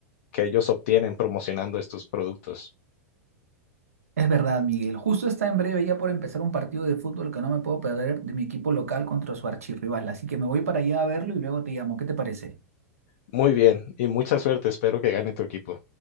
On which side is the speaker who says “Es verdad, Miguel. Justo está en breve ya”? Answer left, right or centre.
Right